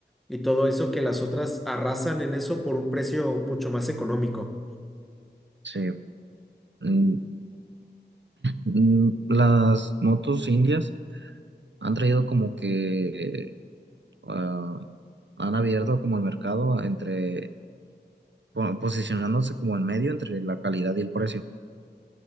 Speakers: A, in the centre; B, on the right (about 80°).
A: y todo eso que las otras arrasan en eso por un precio mucho más económico.
B: Sí. Mm, mm, las motos indias han traído como que ah, han abierto como el mercado entre po- posicionándose como en medio entre la calidad y el precio.